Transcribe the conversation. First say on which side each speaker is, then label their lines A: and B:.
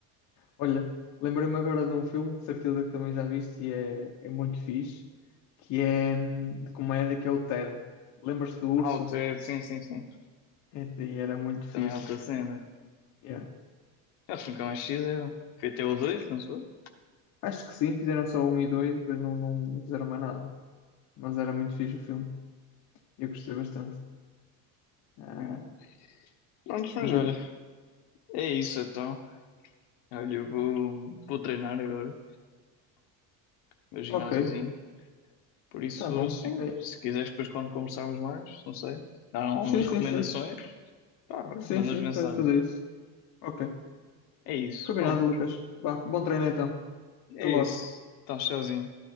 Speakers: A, on the left; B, on the left.
A: Olha, lembrei-me agora de um filme que de certeza que também já viste e é, é muito fixe, que é hum, de comédia, que é o Ted. Lembras-te do urso?
B: Ah, o Ted, sim, sim, sim.
A: É, E era muito fixe.
B: Também é outra cena.
A: Yeah.
B: Eu fui com a X, eu fui até o 2, não sou?
A: Acho que sim, fizeram só um e dois, depois não, não fizeram mais nada. Mas era muito fixe o filme. Eu gostei bastante. Ah,
B: É. Prontos, mas
A: de...
B: olha, é isso então. Olha, eu vou, vou treinar agora, meu ginásiozinho.
A: Ok,
B: Por isso,
A: tá bom.
B: sim,
A: É,
B: se quiseres depois quando conversarmos mais, não sei, dar umas
A: Sim, sim,
B: recomendações,
A: sim.
B: pá, olha,
A: Sim,
B: mandas
A: sim,
B: mensagem.
A: podes fazer isso. Ok.
B: É isso,
A: Combinado,
B: pronto,
A: Lucas. Vá, bom treino então.
B: é
A: Até logo.
B: isso. Então, tchauzinho.